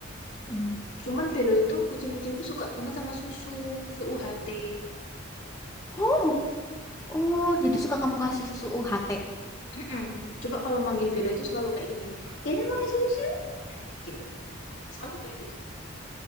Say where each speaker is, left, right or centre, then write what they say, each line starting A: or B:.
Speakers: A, on the left; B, on the left.
A: Hmm.
B: Cuman Belo itu kucing-kucing tuh suka banget sama susu, susu UHT.
A: Oh, oh, jadi suka kamu kasih susu UHT.
B: Mm-mm. Coba kalau manggil Belo itu selalu kayak gini. Belo mau susu? Nah, gitu. Selalu kayak gitu.